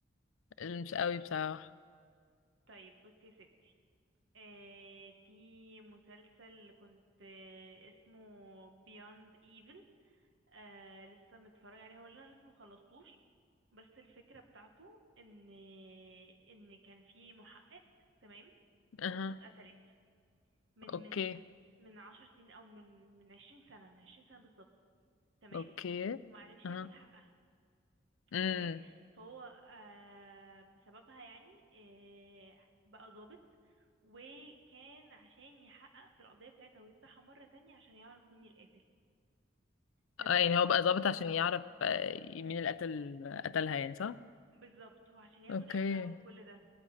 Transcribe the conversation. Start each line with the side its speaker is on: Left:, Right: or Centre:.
Left: يعني مش قوي بصراحة
Right: طيب بصي يا ستي آه، في مسلسل كنت آه، اسمه Beyond Evil آه، لسه متفرج عليه هو اللي انا لسه مخلصتوش بس الفكرة بتاعته ان ان كان في محقق تمام
Left: اها
Right: اخته اتقتلت من
Left: اوكي
Right: من من عشر سنين او من من عشرين سنة من عشرين سنة بالظبط تمام
Left: اوكي
Right: ومعرفش
Left: اها
Right: ياخد حقها
Left: امم
Right: تمام فهو آه بسببها يعني آه بقى ظابط وكان عشان يحقق في القضية بتاعتها ويفتحها مرة تانية عشان يعرف مين القاتل تمام
Left: آه، يعني هو بقى ظابط عشان يعرف آه، مين اللي قتل قتلها يعني صح
Right: بالظبط وعشان ياخد
Left: اوكي
Right: حقها وكل ده